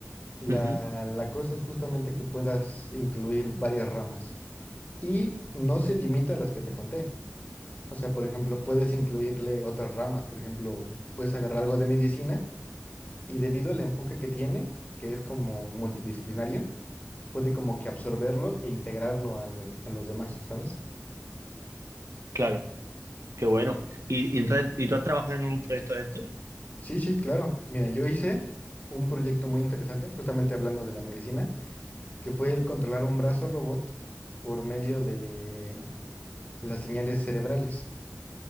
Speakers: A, on the left; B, on the right.
A: la,
B: Ujú,
A: la cosa es justamente que puedas incluir varias ramas y no se limita a las que te conté. O sea, por ejemplo, puedes incluirle otras ramas, por ejemplo, puedes agarrar algo de medicina y debido al enfoque que tiene, que es como multidisciplinario, puede como que absorberlo e integrarlo al- a los demás, ¿sabes?
B: Claro, qué bueno. ¿Y, y entonces, ¿y tú has trabajado en algún proyecto de estos?
A: Sí, sí, claro. Mira, yo hice un proyecto muy interesante, justamente hablando de la medicina, que fue el controlar un brazo robot por medio de las señales cerebrales.